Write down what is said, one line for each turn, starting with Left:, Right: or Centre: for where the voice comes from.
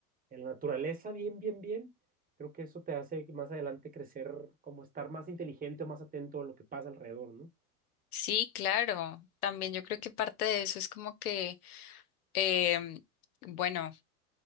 Right: en la naturaleza bien, bien, bien, creo que eso te hace más adelante crecer, como estar más inteligente o más atento a lo que pasa alrededor, ¿no?
Left: sí, claro. También yo creo que parte de eso es como que, em, bueno.